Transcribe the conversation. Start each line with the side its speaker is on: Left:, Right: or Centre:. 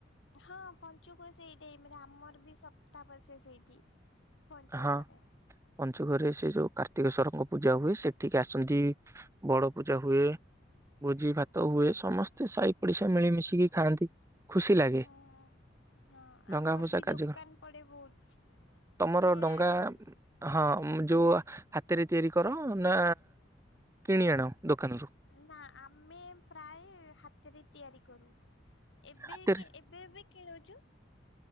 Left: ହଁ ପଞ୍ଚୁକ ସେଇ ଟାଇମରେ ଆମର ବି ସପ୍ତା ବ ସେ ସେଇଠି ପଞ୍ଚୁକରେ
Right: ହଁ ପଞ୍ଚୁକରେ ସେ ଯୋଉ କାର୍ତ୍ତିକେଶ୍ୱରଙ୍କ ପୂଜା ହୁଏ ସେଠିକି ଆସନ୍ତି, ବଡ଼ ପୂଜା ହୁଏ ଭୋଜି ଭାତ ହୁଏ ସମସ୍ତେ ସାହି ପଡ଼ିଶା ମିଳିମିଶିକି ଖାଆନ୍ତି ଖୁସି ଲାଗେ
Left: ହଁ ହଁ
Right: ଡଙ୍ଗା
Left: ଆମର
Right: ଭସା
Left: ବି
Right: କାର୍ଯ୍ୟକ୍ରମ
Left: ଦୋକାନ ପଡ଼େ ବହୁତ
Right: ତମର
Left: ମେଳା
Right: ଡଙ୍ଗା
Left: ହୁଏ।
Right: ହଁ ଯୋଉଁ ହାତରେ ତିଆରି କର ନା କିଣି ଆଣ ଦୋକାନରୁ
Left: ନା ଆମେ ପ୍ରାୟ ହାତରେ ତିଆରି କରୁ। ଏବେ
Right: ହାତରେ
Left: କେ ଏବେ ଏବେ କିଣୁଛୁ